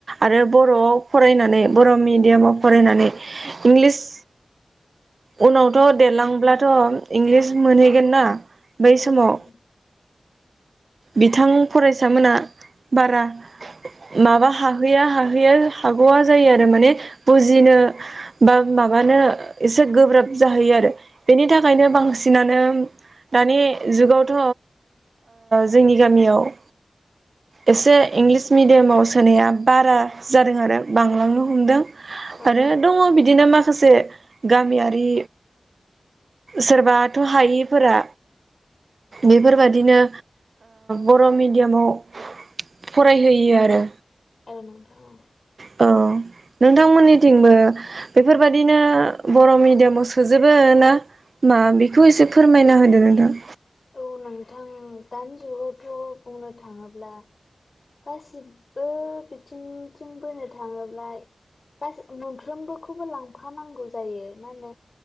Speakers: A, on the right; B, on the left.
A: आरो
B: औ नोंथां औ
A: बर'आव फरायनानै बर' मिडियामाव फरायनानै इंलिस उनावथ' देरलांब्लाथ' इंलिस मोनहैगोन ना। बै समाव
B: औ नोंथां
A: बिथां फरायसा मोना बारा माबा हाहैया हाहैया हागौआ जायो आरो माने बुजिनो बा माबानो एसे गोब्राब जाहैयो आरो बेनि थाखायनो बांसिनानो दानि जुगावथ' जोंनि गामियाव एसे इंलिस मिडियामाव सोनाया बारा जादों आरो बांलांनो हमदों।
B: औ नोंथां औ
A: आरो
B: नोंथां
A: दङ बिदिनो माखासे गामियारि। सोरबाथ' हायिफोरा बेफोरबा दिनो बर' मेडियामाव फरायहोयो आरो।
B: औ नोंथां औ।
A: औ नोंथांमोननिथिंबो बेफोरबायाददिनो बर' मिडियामाव सोजोबो ना मा बेखौ एसे फोरमायना होदो नोंथां?
B: औ नोंथां दानि जुगावथ' बुंनो थाङोब्ला गासिबबो बिथिंथिं बोनो थाङोब्ला गासै-मोनफ्रोमबोखौबो लांफानांगौ जायो मा होनो